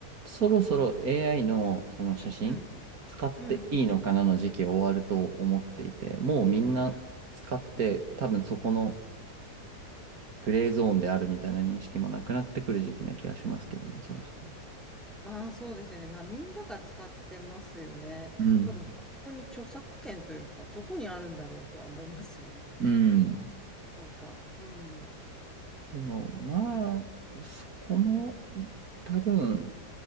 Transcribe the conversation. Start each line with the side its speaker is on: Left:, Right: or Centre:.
Right: そろそろ AI のその写真使っていいのかなの時期終わると思っていてもうみんな使って多分そこの
Centre: うん、うん、うん。
Right: グレーゾーンであるみたいな認識もなくなってくる時期な気がしますけどね、そろそろ。
Centre: まあそうですよね。まあみんなが使ってますよね。
Right: うん。
Centre: ただ本当に著作権というか、どこにあるんだろうとは思いますよね。<laughs>
Right: うん。
Centre: なんか、うん、
Right: でも、まあ、そこも多分、